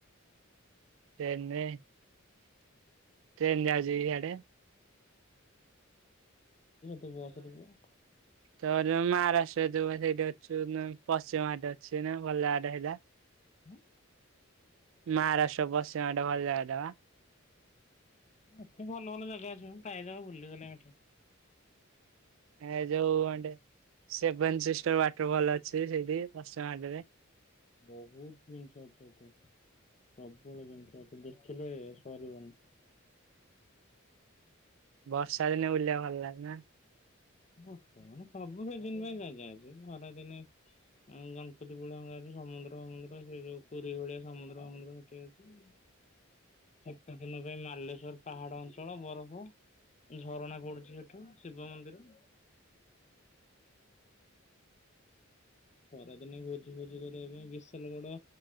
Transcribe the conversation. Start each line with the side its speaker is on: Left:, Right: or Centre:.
Right: ଟ୍ରେନରେ ଟ୍ରେନ ଯାଉଛି ଇଆଡେ।
Left: ତେ ବସର ପ <inaudible>
Right: ତ ଯ ମହାରାଷ୍ଟ୍ର ଯୋ ସେଇଠି ଅଛୁ ପଶ୍ଚିମ ହାଟେ ଅଛି ନା ଭଲ ହାଟ ସେଇଟା।
Left: ଆଁ
Right: ମହାରାଷ୍ଟ୍ର ପଶ୍ଚିମ ଘାଟ ଭଲ ଜାଗାଟା ପା।
Left: ଏଠି ଭଲ ଭଲ ଜାଗା ଅଛି ମୁ ଯା ଯା ବୁଲିଗଲେ ଏଠି।
Right: ଏ ଯୋଉେ ସେଭେନ୍ ସିଷ୍ଟର ୱାଟରଫଲ ଅଛି ସେଇଠି ପଶ୍ଚିମ ଘାଟରେ।
Left: ବହୁତ ଜିନିଷ ଅଛ ସେଠୀ। ସବୁବେଳେ ଜିନିଷ ଆ ଦେଖିଲେ ସରିବନି।
Right: ବର୍ଷା ଦିନେ ଉୁଲେଇବା ଭଲ ଲାଗେ ନା।
Left: ସବୁ ସେଦିନ ପାଇଁ ଯାଗା ଅଛି ଖରାଦିନେ ଗଣପତି ପୂଳିଙ୍କଛି ସମୁଦ୍ର ସମୁ୍ର ସେ ଯୋଉ ପୁରୀ ଭଳିଆ ସମୁଦ୍ର ଅଙ୍ଗୁ୍ର ସେଠ ହଁ। ସତଦିନ ପାଇଁ ବାଲେଶ୍ଵର ପାହାଡ ଅଞ୍ଚଳ ବରଫ ଝରଣା ପଡୁଛି ସେଠୁ ଶିବ ମନ୍ଦିର ଖରାଦିନେ ଭୋଜି ଭୋଜି କରିବା ପାଇଁ ବିଶାଲ ଗଡ